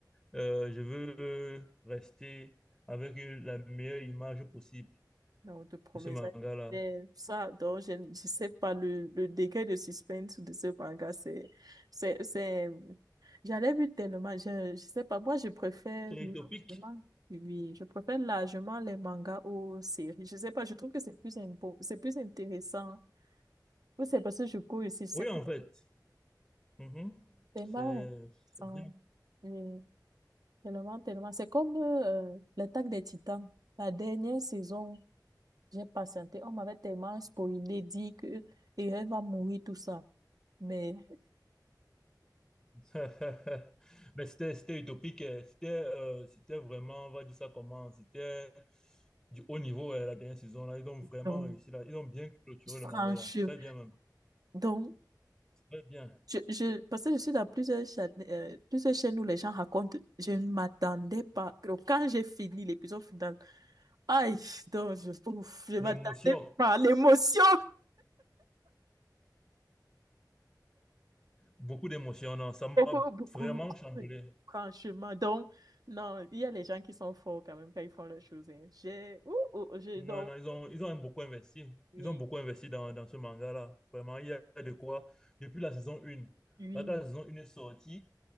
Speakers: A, in the centre; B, on the right.
A: euh, je veux euh, rester avec une- la meilleure image possible
B: Non, de promesse.
A: de ce manga-là.
B: Ça, donc, je ne je sais pas, le, le degré de suspense de ce manga, c'est, c'est, c'est, j'en ai vu tellement, je, je sais pas, moi, je préfère
A: C'est
B: largement,
A: utopique.
B: oui, je préfère largement les mangas aux séries. Je sais pas, je trouve que c'est plus, impo- c'est plus intéressant. Ou c'est parce que je cours ici, je sais
A: Oui,
B: pas.
A: en fait. Mhm.
B: Des balles.
A: C'est
B: Sans...
A: c'est bien.
B: Oui, tellement, tellement. C'est comme euh, l'attaque des Titans. La dernière saison, j'ai patienté. On m'avait tellement spoilé, dit que et elle va mourir, tout ça. Mais,
A: <laughs> Mais c'était, c'était utopique. euh, C'était, euh, c'était vraiment, on va dire ça comment, c'était du haut niveau, euh, la dernière saison, là. Ils ont vraiment
B: donc,
A: réussi, là. Ils ont bien clôturé
B: franchement,
A: le manga, là. Très bien, même.
B: donc,
A: Très bien.
B: je, je, parce que je suis dans plusieurs chaînes, euh, plusieurs chaînes où les gens racontent, je ne m'attendais pas. Donc, quand j'ai fini l'épisode final, aïe, donc, je, ouf, je m'attendais
A: L'émotion.
B: pas à l'émotion.
A: Beaucoup d'émotions, non, ça m'a
B: Beaucoup, beaucoup,
A: vraiment chamboulé.
B: oui, franchement. Donc, non, il y a les gens qui sont forts quand même quand ils font leurs choses. hein. J'ai, ouh, ouh, j'ai
A: Non,
B: donc,
A: non, ils ont, ils ont beaucoup investi.
B: oui,
A: Ils ont beaucoup investi dans, dans ce manga-là. Vraiment, il y a de quoi. Depuis la saison 1.
B: oui,
A: Quand la saison 1 est sortie,